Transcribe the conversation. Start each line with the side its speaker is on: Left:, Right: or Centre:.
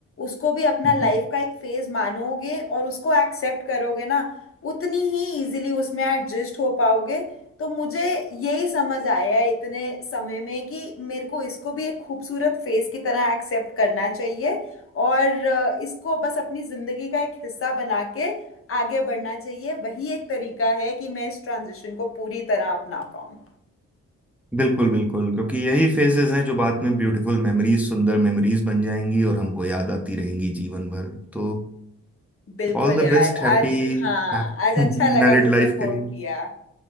Left: उसको भी अपना
Centre: हम्म,
Left: लाइफ का एक फेज मानोगे और उसको एक्सेप्ट करोगे ना उतनी ही इजीली उसमें एडजस्ट हो पाओगे तो मुझे यही समझ आया है इतने समय में कि मेरे को इसको भी एक खूबसूरत फेज की तरह एक्सेप्ट करना चाहिए और अ, इसको बस अपनी जिंदगी का एक हिस्सा बना के आगे बढ़ना चाहिए वही एक तरीका है कि मैं इस ट्रांजिशन को पूरी तरह अपना पाऊँ
Centre: बिल्कुल बिल्कुल क्योंकि यही फेजेस हैं जो बाद में ब्यूटीफुल मेमोरीज सुंदर मेमोरीज बन जाएंगी और हमको याद आती रहेंगी जीवन भर तो
Left: बिल्कुल
Centre: All the
Left: यार
Centre: best happy
Left: आज हाँ आज
Centre: married
Left: अच्छा लगा तुमने
Centre: life
Left: फोन
Centre: <laughs> के लिए
Left: किया